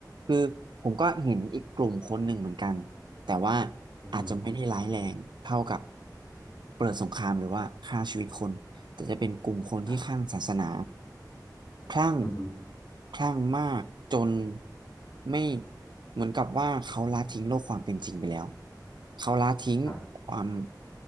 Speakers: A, on the right; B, on the left.
A: คือผมก็เห็นอีกกลุ่มคนหนึ่งเหมือนกันแต่ว่า
B: อือฮึ
A: อาจจะไม่ได้ร้ายแรงเท่ากับเปิดสงครามหรือว่าฆ่าชีวิตคนแต่จะเป็นกลุ่มคนที่คลั่งศาสนา
B: ครับ
A: คลั่ง
B: อือฮึ
A: คลั่งมากจนไม่เหมือนกับว่าเขาละทิ้งโลกความเป็นจริงไปแล้วเขาละทิ้งความ
B: ครับ